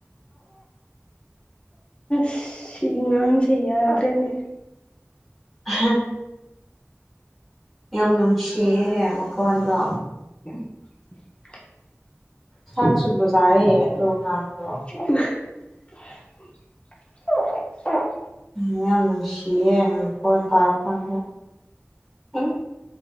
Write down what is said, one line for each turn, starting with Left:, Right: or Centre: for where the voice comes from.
Left: ꯁꯤ ꯑꯉꯥꯡꯁꯦ ꯌꯥꯗ꯭ꯔꯦꯅꯦ
Centre: ꯎ ꯌꯥꯝ ꯅꯨꯡꯁꯤꯌꯦꯍꯦ ꯃꯈꯣꯟꯗꯣ
Left: <inaudible>
Centre: ꯆꯥꯛꯁꯨꯕꯖꯑꯌꯦ ꯇ ꯉꯥꯡꯗ
Left: <inaudible>
Centre: ꯃꯤ ꯌꯥꯝ ꯅꯨꯡꯁꯤꯌꯦꯦꯈꯣꯟ ꯇꯥꯔꯀꯥꯟꯗ ꯍ